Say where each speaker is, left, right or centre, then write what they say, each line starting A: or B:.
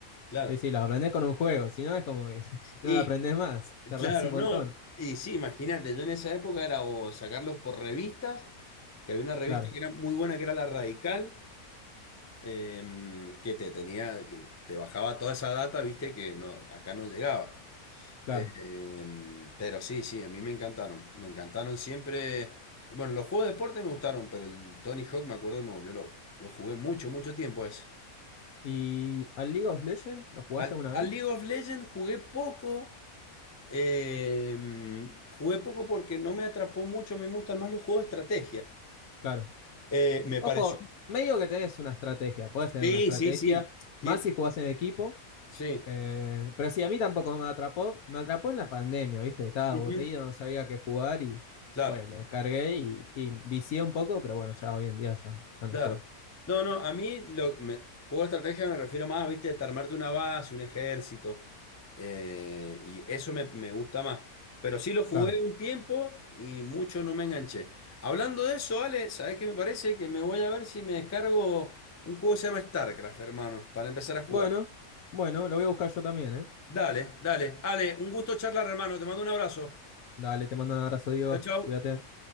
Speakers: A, on the left (about 25°); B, on the left (about 80°).
A: claro.
B: Sí, sí, lo aprendés con un juego, si no es como que <laughs>
A: Y
B: no lo aprendés más, tardás
A: claro,
B: un montón.
A: no. Y sí, imagínate, yo en esa época era o sacarlos por revistas, que había una revista
B: Claro,
A: que era muy buena, que era La Radical, em, que te tenía, que te bajaba toda esa data, viste, que no, acá no llegaba.
B: claro.
A: Eh, pero sí, sí, a mí me encantaron. Me encantaron siempre. Bueno, los juegos de deporte me gustaron, pero el Tony Hawk me acuerdo que me volvió loco. Yo jugué mucho, mucho tiempo a ese.
B: ¿Y al League of Legends lo jugaste
A: Al,
B: alguna
A: al
B: vez?
A: League of Legends jugué poco. eh, jugué poco porque no me atrapó mucho. Me gustan más los juegos de estrategia.
B: Claro.
A: Eh, me
B: Ojo,
A: pareció.
B: medio que tenés una estrategia, podés tener
A: Sí,
B: una estrategia,
A: sí, sí. Tien-
B: más si jugás en equipo.
A: sí.
B: eh, pero sí, a mí tampoco me atrapó. Me atrapó en la pandemia, ¿viste? Estaba aburrido,
A: Ujú.
B: no sabía qué jugar y
A: Claro.
B: fue, lo descargué y, y vicié un poco, pero bueno, ya hoy en día ya, ya no
A: Claro.
B: juego.
A: No, no, a mí lo, me- juego de estrategia me refiero más, viste, a armarte una base, un ejército. eh, y eso me, me gusta más. Pero sí lo jugué
B: Claro.
A: un tiempo y mucho no me enganché. Hablando de eso, Ale, ¿sabés qué me parece? Que me voy a ver si me descargo un juego que se llama StarCraft, hermano, para empezar a jugar.
B: Bueno, bueno, lo voy a buscar yo también, ¿eh?
A: Dale, dale. Ale, un gusto charlar, hermano. Te mando un abrazo.
B: Dale, te mando un abrazo, Diego.
A: Chau, chau.
B: Cuídate.